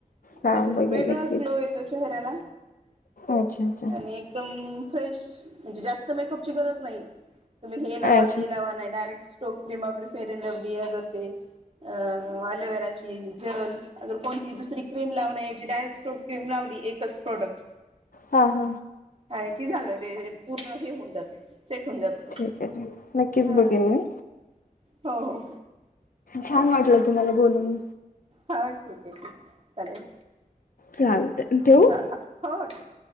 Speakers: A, on the left (about 70°); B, on the right (about 40°).
A: हा
B: त्याच्यात
A: बघेल
B: वेगळाच
A: नक्कीच
B: ग्लो येतो चेहऱ्याला.
A: अच्छा अच्छा.
B: आणि एकदम फ्रेश म्हणजे जास्त मेकअपची गरज नाही. तुम्ही हे लावा
A: अच्छा
B: ते लावा नाही डायरेक्ट स्टोक क्रीम आपली फेरड लव्हली अग ते.. अ अलोवेराची जल अगर कोणती दुसरी क्रीम लावणे जी डायरेक्ट स्टोक क्रीम लावली.. एकच प्रॉडक्ट.
A: हा हा.
B: आणि की झालं ते पूर्ण हे होऊन जाते. सेट होऊन जात
A: ठीक आहे ठीक नक्कीच
B: हा
A: बघेन मी.
B: हो हो..
A: छान वाटलं तुम्हाला बोलून.
B: हो ठीक आहे ठीक चालेल
A: चालतंय ठेवू?
B: ह हा हो हो ठीक.